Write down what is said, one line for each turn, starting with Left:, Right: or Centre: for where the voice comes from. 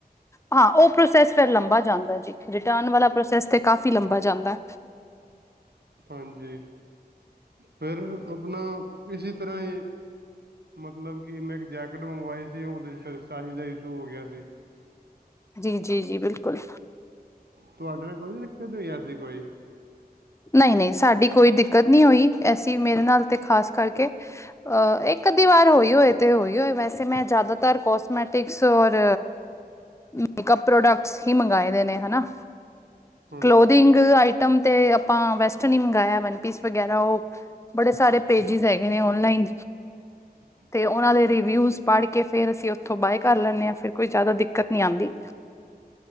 Left: ਹਾਂ, ਔਹ ਪ੍ਰੋਸੈਸ ਫਿਰ ਲੰਬਾ ਜਾਂਦਾ ਜੇ। ਰਿਟਰਨ ਵਾਲਾ ਪ੍ਰੋਸੈਸ ਤੇ ਕਾਫੀ ਲੰਬਾ ਜਾਂਦੈ।
Right: ਹਾਂਜੀ, ਫਿਰ ਆਪਣਾ ਇਸੇ ਤਰ੍ਹਾਂ ਹੀ ਮਤਲਬ ਕਿ ਮੈਂ ਇੱਕ ਜੈਕਟ ਮੰਗਵਾਈ ਸੀ, ਉਹਦੇ 'ਚ ਫਿਰ ਸਾਈਜ਼ ਦਾ ਇਸ਼ੂ ਹੋ ਗਿਆ ਸੀ।
Left: ਜੀ- ਜੀ-ਜੀ! ਬਿਲਕੁਲ।
Right: ਤੁਹਾਡੇ ਨਾਲ ਕੋਈ ਦਿੱਕਤ ਨੀ ਆਂਦੀ ਕੋਈ?
Left: ਨਹੀਂ - ਨਹੀਂ, ਸਾਡੀ ਕੋਈ ਦਿੱਕਤ ਨੀ ਹੋਈ ਐਸੀਂ ਮੇਰੇ ਨਾਲ ਤੇ ਖ਼ਾਸ ਕਰਕੇ। ਅ ਇੱਕ - ਅੱਧੀ ਵਾਰ ਹੋਈ ਹੋਏ ਤੇ ਹੋਈ ਹੋਏ ਵੈਸੇ ਮੈਂ ਜ਼ਿਆਦਾਤਰ ਕੋਸਮੈਟਿਕਸ ਔਰ ਮੇਕਅਪ ਪ੍ਰੋਡਕਟਸ ਹੀ ਮੰਗਾਏ ਦੇ ਨੇ, ਹੈਨਾ।
Right: ਹਾਂਜੀ
Left: ਕਲੋਦਿੰਗ ਆਈਟਮ ਤੇ ਆਪਾਂ ਵੈਸਟਰਨ ਹੀ ਮੰਗਾਇਆ, ਵਨਪੀਸ ਵਗੈਰਾ ਔਹ ਬੜੇ ਸਾਰੇ ਪੇਜਿਸ ਹੈਗੇ ਨੇ ਔਨਲਾਈਨ।
Right: <inaudible>
Left: ਤੇ ਉਹਨਾ ਦੇ ਰਿਵਿਊਸ ਪੜ੍ਹ ਕੇ ਫੇਰ ਅਸੀਂ ਓਥੋਂ ਬਾਏ ਕਰ ਲੈਂਨੇ ਆ। ਫਿਰ ਕੋਈ ਜਿਆਦਾ ਦਿੱਕਤ ਨੀ ਆਉਂਦੀ।